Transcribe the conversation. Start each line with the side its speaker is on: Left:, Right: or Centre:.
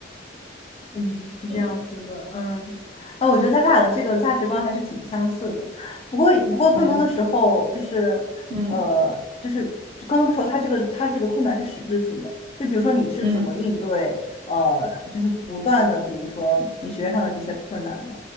Left: 嗯，是这样子的，
Right: 嗯
Left: 嗯，那我觉得咱俩的这个价值观还是挺相似的，不过不过更多的时候就是，
Right: 嗯嗯
Left: 呃，就是更多的时候，他这个他这个困难是实质性的，就比如说你是怎么应对，
Right: 嗯
Left: 呃，就是不断的，比如说你学业上的这些困难呢，